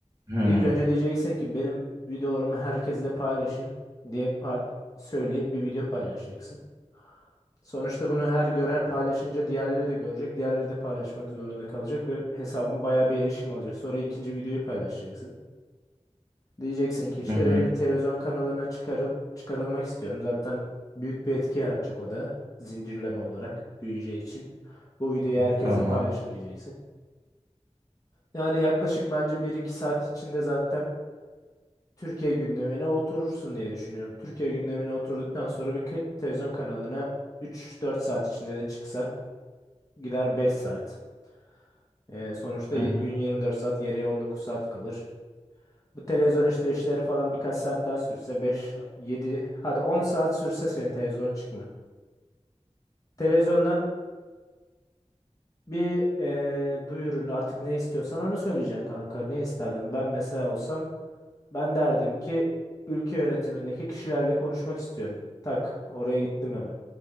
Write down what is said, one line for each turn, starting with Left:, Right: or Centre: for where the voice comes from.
Right: Hı
Left: İlk önce diyeceksin ki benim videolarımı herkesle paylaşın diye pa- söyleyip bir video paylaşacaksın. Sonuçta bunu her gören paylaşınca diğerleri de görecek. Diğerleri de paylaşmak zorunda kalacak ve hesabın bayağı bir erişim alacak. Sonra ikinci videoyu paylaşacaksın. Diyeceksin ki işte
Right: hı hı.
Left: beni bir televizyon kanalına çıkarıl çıkarılmak istiyorum. Zaten büyük bir etki yaratacak o da zincirleme olarak büyüyeceği için. Bu videoyu herkesle
Right: Tamam.
Left: paylaşın diyeceksin. Yani yaklaşık bence bir iki saat içinde zaten Türkiye gündemine oturursun diye düşünüyorum. Türkiye gündemine oturduktan sonra bir ke- televizyon kanalına üç dört saat içinde de çıksan gider 5 saat. Ee, sonuçta y-
Right: Hı hı.
Left: gün yirmi dört saat geriye 19 saat kalır. Bu televizyon işte işleri falan birkaç saat daha sürse 5 yedi hadi 10 saat sürse senin televizyona çıkman. Televizyondan bir eee duyurun artık ne istiyorsan onu söyleyeceksin kanka. Ne isterdim? Ben mesela olsam ben derdim ki ülke yönetimindeki kişilerle konuşmak istiyorum. Tak oraya gittim hemen.